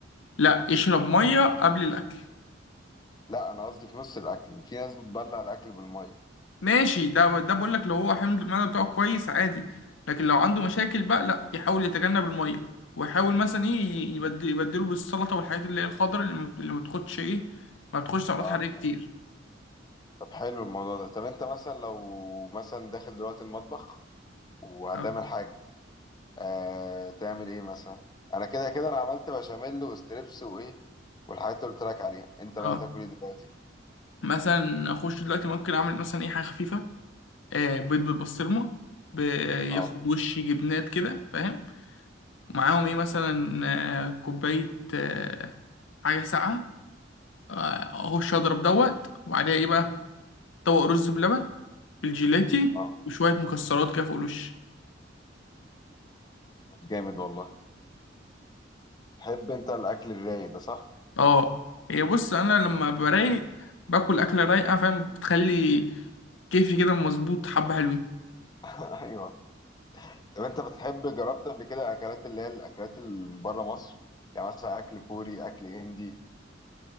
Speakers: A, on the left (about 85°); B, on the left (about 20°).
A: لا اشرب ميه قبل الاكل
B: لا انا قصدي في نص الاكل في ناس بتبلع الاكل بالميه
A: ماشي ده ده بقول لك لو هو حمض المعده بتاعه كويس عادي لكن لو عنده مشاكل بقى لا يحاول يتجنب الميه ويحاول مثلا ايه يبد- يبدله بالسلطه والحاجات اللي هي الخضراء اللي ما اللي ما بتاخدش ايه ما بتاخدش سعرات
B: اه
A: حراريه كتير
B: آه. طب حلو الموضوع ده طب انت مثلا لو مثلا داخل دلوقتي المطبخ وهتعمل
A: اه
B: حاجه آه تعمل ايه مثلا انا كده كده انا عملت بشاميل وستريبس وايه والحاجات اللي قلت لك عليها انت بقى
A: آه.
B: تاكل ايه دلوقتي
A: مثلا اخش دلوقتي ممكن اعمل مثلا اي حاجه خفيفه آه بيض بالبسطرمه ب-
B: اه
A: ياخد وش جبنات كده فاهم معاهم ايه مثلا آه كوبايه آه حاجه ساقعه آه، اخش اضرب دوت وبعدها ايه بقى طبق رز بلبن بالجيلاتي
B: اه
A: وشويه مكسرات كده فوق الوش
B: طب جامد والله تحب انت الاكل الرايق ده صح
A: اه هي بص انا لما برايق باكل اكله رايقه فاهم بتخلي كيفي كده مظبوط حبه حلوين
B: <laughs> ايوه طب انت بتحب جربت قبل كده اكلات اللي هي الاكلات اللي من بره مصر يعني مثلا اكل كوري اكل هندي